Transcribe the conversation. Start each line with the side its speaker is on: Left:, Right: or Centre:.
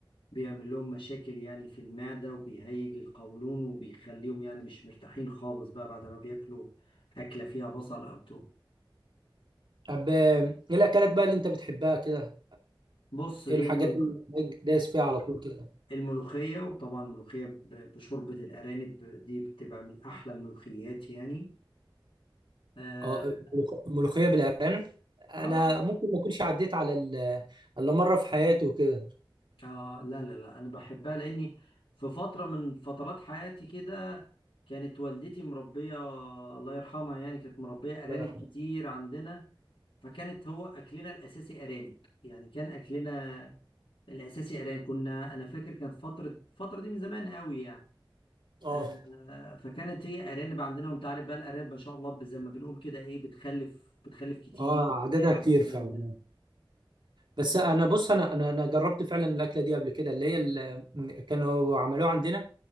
Left: بيعمل لهم مشاكل يعني في المعدة وبيهيج القولون وبيخليهم يعني مش مرتاحين خالص بقى بعد ما بياكلوا أكلة فيها بصل أو توم
Right: طب آه، ايه الاكلات بقى اللي انت بتحبها كده
Left: بص هي
Right: ايه الحاجات
Left: الملوخ-
Right: اللي دايس فيها على طول كده
Left: الملوخية وطبعا الملوخية ب- بشوربة الأرانب دي بتبقى من أحلى الملوخيات يعني آه,
Right: اه ملوخ- ملوخيه بالارانب انا
Left: آه
Right: ممكن ما اكونش عديت على ال- الا مره في حياتي وكده
Left: اه لا لا لا انا بحبها لاني في فتره من فترات حياتي كده كانت والدتي مربيه الله يرحمها يعني كانت مربيه
Right: الله
Left: ارانب
Right: يرحمه
Left: كتير عندنا فكانت هو اكلنا الاساسي ارانب يعني كان اكلنا الاساسي ارانب كنا انا فاكر كانت فتره الفتره دي من زمان قوي يعني
Right: اه
Left: آه، فكانت هي ارانب عندنا وانت عارف بقى الارانب ما شاء الله زي ما بنقول كده ايه بتخلف بتخلف كتير
Right: اه
Left: بتاع
Right: عددها كتير
Left: والكلام
Right: فعلا
Left: ده
Right: بس انا بص انا انا انا جربت فعلا الاكله دي قبل كده اللي هي ال- كانوا عملوها عندنا